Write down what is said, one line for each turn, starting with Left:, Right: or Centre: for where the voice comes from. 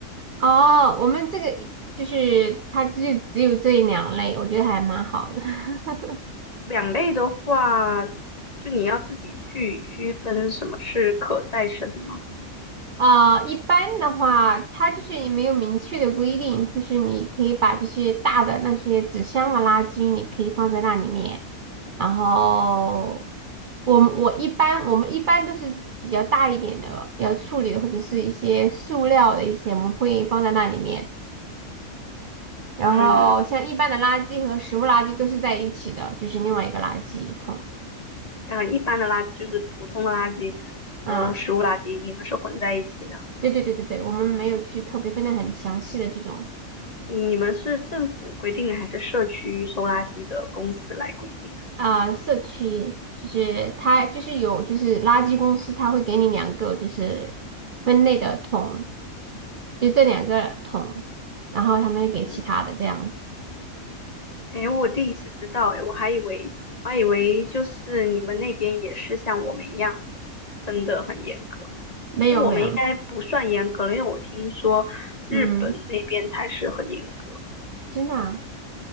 Right: 哦，我们这个就是它就只有这两类，我觉得还蛮好的。<laughs>
Left: 两类的话，就你要自己去区分什么是可再生吗？
Right: 啊、一般的话，它就是也没有明确的规定，就是你可以把这些大的那些纸箱的垃圾，你可以放在那里面。然后我们我一般我们一般都是比较大一点的要处理的，或者是一些塑料的一些，我们会放在那里面。然后像一般的垃圾和食物垃圾都是在一起的，
Left: 嗯，
Right: 就是另外一个垃圾桶。
Left: 嗯，一般的垃圾就是普通的垃圾和食物垃圾，
Right: 嗯，
Left: 你们是混在一起的。
Right: 对对对对对，我们没有就是特别分的很详细的这种。
Left: 你们是政府规定的，还是社区收垃圾的公司来规定？
Right: 啊、社区就是它就是有就是垃圾公司，它会给你两个就是分类的桶，就这两个桶，然后他们又给其他的这样子。
Left: 嗯，哎，我第一次知道，哎，我还以为我还以为就是你们那边也是像我们一样分得很严格。
Right: 没有没有，
Left: 其实我们应该不算严格了，因为我听说日本那边才是很严格
Right: 嗯，真的啊，